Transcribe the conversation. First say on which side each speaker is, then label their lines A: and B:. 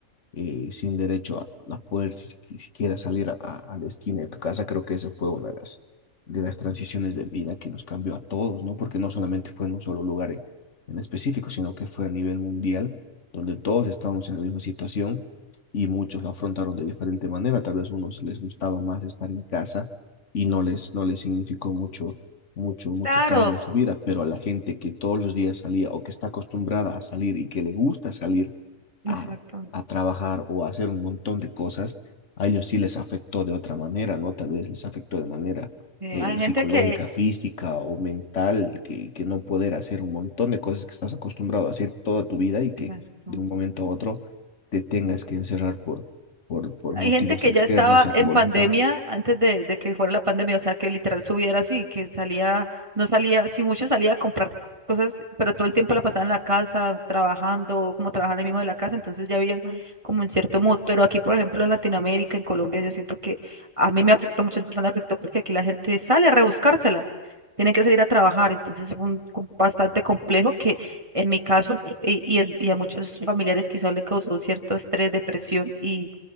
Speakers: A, on the left; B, on the right.
A: eh, sin derecho a, a poder si- si- siquiera salir a, a- la esquina de tu casa. Creo que esa fue una de las, de las transiciones de vida que nos cambió a todos, ¿no? Porque no solamente fue en un solo lugar en, en específico, sino que fue a nivel mundial, donde todos estábamos en la misma situación y muchos la afrontaron de diferente manera. Tal vez a unos les gustaba más estar en casa y no les, no les significó mucho. mucho, mucho
B: Claro,
A: cambio en su vida, pero a la gente que todos los días salía o que está acostumbrada a salir y que le gusta salir,
B: Exacto.
A: a, a trabajar o a hacer un montón de cosas, a ellos sí les afectó de otra manera, ¿no? Tal vez les afectó de manera
B: Sí,
A: eh,
B: hay gente
A: psicológica,
B: que...
A: física o mental, que, que no poder hacer un montón de cosas que estás acostumbrado a hacer toda tu vida y que
B: Exacto.
A: de un momento a otro te tengas que encerrar por, por, por
B: Hay
A: motivos
B: gente que
A: externos
B: ya estaba
A: a
B: en
A: tu voluntad.
B: pandemia antes de, de que fuera la pandemia, o sea, que literal su vida era así, que salía, no salía, si mucho salía a comprar cosas, pero todo el tiempo la pasaba en la casa, trabajando, como trabajando ahí mismo de la casa, entonces ya había Mm. como un cierto mood, pero aquí, por ejemplo, en Latinoamérica, en Colombia, yo siento que a mí me afectó, a muchas personas me afectó porque aquí la gente sale a rebuscársela, tienen que salir a trabajar, entonces es un, un bastante complejo que en mi caso y, y en- y a muchos familiares quizás le causó un cierto estrés, depresión y